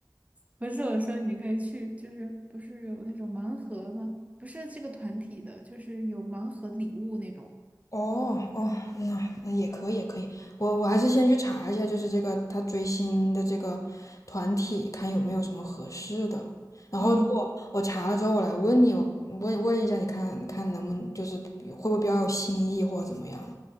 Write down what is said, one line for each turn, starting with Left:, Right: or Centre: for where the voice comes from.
Right: 不是，我说你可以去，就是不是有那种盲盒吗？不是这个团体的，就是有盲盒礼物那种。
Left: 哦哦，那那也可以也可以，我我还是先去查一下，就是这个他追星的这个团体，看有没有什么合适的。然后如果我查了之后，
Right: 嗯，
Left: 我来问你，我问问一下，你看看能不能就是会不会比较有新意或者怎么样？